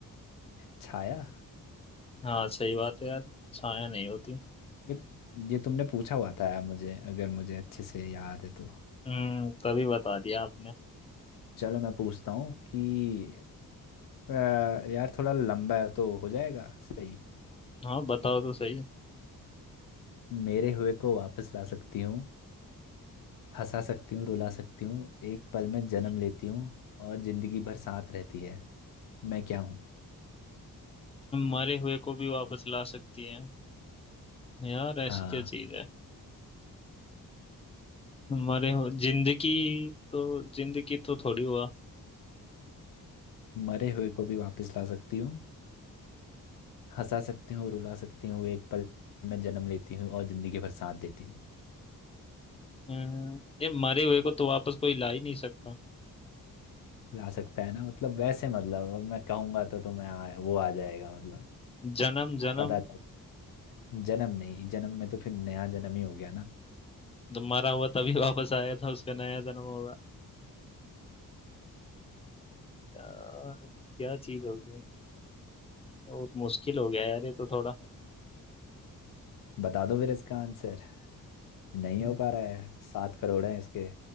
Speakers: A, on the left (about 70°); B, on the left (about 20°).
A: छाया
B: हाँ सही बात है यार छाया नहीं होती
A: ये ये तुमने पूछा हुआ था यार मुझे अगर मुझे अच्छे से याद है तो
B: हम्म तभी बता दिया आपने
A: चलो मैं पूछता हूँ कि अ, यार थोड़ा लंबा है तो हो जाएगा सही
B: हाँ बताओ तो सही
A: मेरे हुए को वापस ला सकती हूँ हंसा सकती हूँ रुला सकती हूँ एक पल में जन्म लेती हूँ और जिंदगी भर साथ रहती है मैं क्या हूँ
B: मरे हुए को भी वापस ला सकती है यार
A: हाँ
B: ऐसी क्या चीज है मरे हुए जिंदगी तो जिंदगी तो थोड़ी हुआ
A: मरे हुए को भी वापस ला सकती हूँ हंसा सकती हूँ रुला सकती हूँ एक पल में जन्म लेती हूँ और जिंदगी भर साथ देती हूँ
B: अम, यार मरे हुए को तो वापस कोई ला ही नहीं सकता
A: ला सकता है ना मतलब वैसे मतलब अब मैं कहूंगा तो तुम्हें आ, वो आ जाएगा मतलब
B: जन्म जन्म
A: पता था जन्म नहीं जन्म में तो फिर नया जन्म ही हो गया ना
B: तो मरा हुआ तभी <laughs> वापस आया था उसका नया जन्म होगा यार, क्या चीज होगी बहुत मुश्किल हो गया यार ये तो थोड़ा
A: बता दो फिर इसका आंसर नहीं
B: अम,
A: हो पा रहा है सात करोड़ है इसके